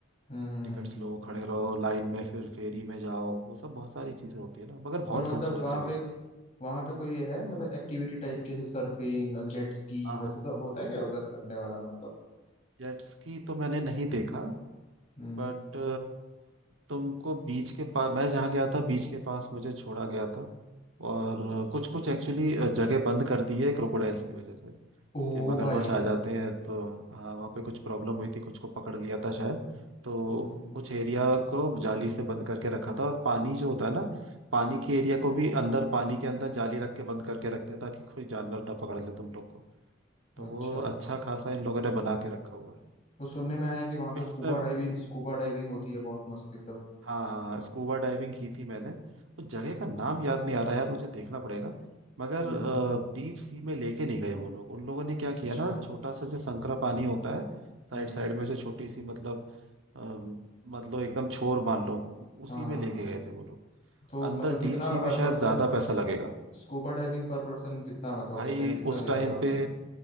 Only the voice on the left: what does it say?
हम्म
और मतलब
वहाँ
पे
वहाँ पे कोई ये है मतलब एक्टिविटी टाइप के सर्फिंग जेट स्की
वैसे
सब होता है क्या उधर करने वाला मतलब
हम्म
ओ
भाई
हम्म
अच्छा
वो सुनने में आया है कि वहाँ
पे स्कूबा
डाइविंग स्कूबा डाइविंग होती है बहुत मस्त एकदम
हम्म
अच्छा
हम्म
हाँ
हाँ
हाँ।
तो
मतलब
कितना
per
person
scuba diving per person कितना मतलब
उस टाइम कितना
दिया
था आपने